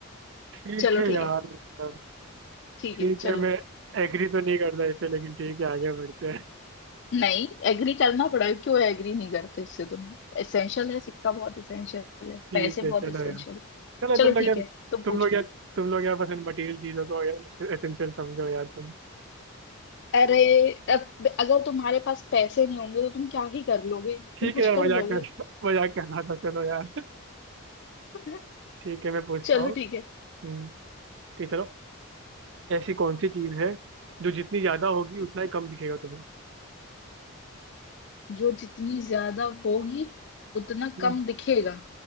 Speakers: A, on the right; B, on the left.
A: ठीक
B: चलो
A: है
B: ठीक
A: यार
B: है
A: मतलब
B: ठीक
A: ठीक
B: है चलो
A: है मैं एग्री तो नहीं करता इसे लेकिन ठीक है आगे बढ़ते हैं
B: नहीं एग्री करना पड़ा क्यों एग्री नहीं करते इससे तुम इसेंशियल है सिक्का बहुत इसेंशियल
A: <laughs>
B: है
A: ठीक
B: पैसे
A: है
B: बहुत
A: चलो
B: इसेंशियल
A: यार
B: है
A: चलो
B: चलो
A: तुम लोग
B: ठीक
A: यार
B: है तुम पूछो
A: तुम लोग यार तुम लोग यार बस इन मटेरियल चीजों को यार एसेंशियल समझो यार तुम
B: अरे अब अगर तुम्हारे पास पैसे नहीं होंगे तो तुम क्या ही कर लोगे
A: ठीक
B: तुम
A: है
B: कुछ
A: यार
B: कर
A: मजाक
B: लोगे
A: कर <laughs> मजाक कर रहा था चलो यार
B: <laughs>
A: ठीक है मैं पूछता
B: चलो
A: हूँ
B: ठीक है
A: हम्म, ठीक है, चलो ऐसी कौन सी चीज है जो जितनी ज्यादा होगी उतना ही कम दिखेगा तुम्हें
B: जो जितनी ज्यादा होगी उतना
A: नहीं
B: कम दिखेगा